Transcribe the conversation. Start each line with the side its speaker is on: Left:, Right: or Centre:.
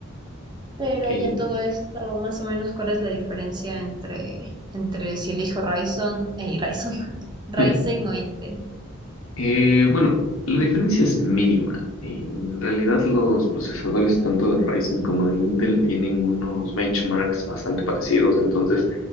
Right: Pero
Left: Eh,
Right: ya todo esto, más o menos, ¿cuál es la diferencia entre, entre si elijo Ryzen, eh, Ryzen, <laughs> Ryzen
Left: <laughs>
Right: o Intel?
Left: eh, bueno, la diferencia es mínima. En realidad los procesadores tanto de Ryzen como de Intel tienen unos benchmarks bastante parecidos, entonces